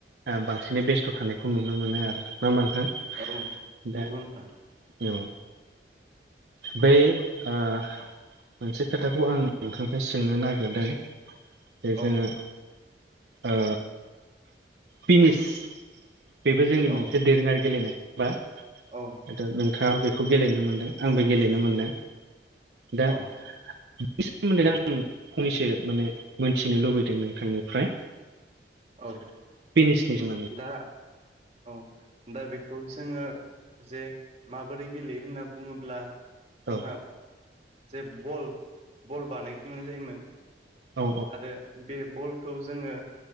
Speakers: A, on the right; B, on the right.
A: बांसिनै बेस्थ' थानायखौ नुनो मोनो आरोना नङा होमबा नोंथां?
B: औ
A: दा
B: नंगौ नोंथां।
A: औ बै ओ मोनसे खोथाखौ आं नोंथांनिफ्राय सोंनो नागिरदों जे
B: औ
A: जोङो ओ पिनिस बेबो जोंनि
B: औ
A: मोनसे दोरोङारि गेलेनाय बा
B: औ।
A: दा नोंथाङा बेखौ गेलेनो मोनदों आंबो गेलेनो मोनदों। दा
B: औ
A: बेनि सोमोन्दै आं फंनैसो माने मोनथिनो लुबैदों नोंथांनिफ्राय।
B: औ।
A: पिनिसनि सोमोन्दै।
B: दा औ। दा बेखौ जोङो जे माबोरै गेलेयो होनना बुङोब्ला जोंहा
A: औ
B: जे बल बल बानायग्रोननाय जायोमोन।
A: औ
B: आरो बे बलखौ जोङो